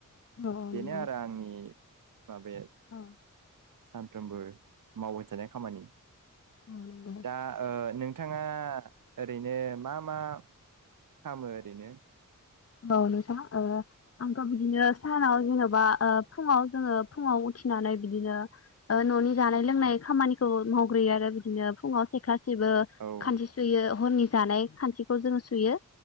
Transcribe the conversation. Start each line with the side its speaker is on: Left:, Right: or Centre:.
Left: औ
Right: बेनो
Left: नंगौ
Right: आरो आंनि माबाया
Left: औ
Right: सानफ्रोमबो मावबाय जानाय खामानि।
Left: नंगौ
Right: दा ओ नों नोंथाङा ओरैनो मा मा खामो? बेनो।
Left: औ नोंथां ओ आंथ' बिदिनो सानाव जेन'बा ओ फुङाव जोङो फुङाव उथिनानै बिदिनो ओ न'नि जानाय लोंनाय खामानिखौ मावग्रोयो आरो बिदिनो फुङाव सेखा सिबो
Right: औ
Left: खानसि सुयो। हरनि जानाय खानसिखौ जोङो सुयो।